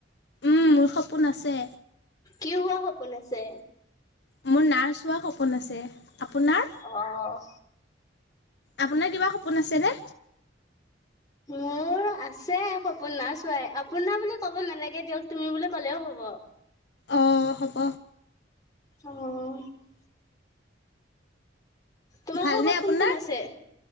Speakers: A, on the left; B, on the left.
A: উম, মোৰ সপোন আছে।
B: কি হোৱা সপোন আছে।
A: মোৰ নাৰ্চ হোৱা সপোন আছে। আপোনাৰ?
B: অ'।
A: আপোনাৰ কিবা সপোন আছেনে।
B: মোৰ আছে সপোন না চোৱাই আপোনাৰ বুলি ক'ব নালাগে দিয়ক তুমি বুলি ক'লেও হব।
A: অ' হ'ব।
B: অ'। তোমালোকৰ
A: ভালনে
B: ঘৰত কোন
A: আপোনাৰ?
B: কোন আছে।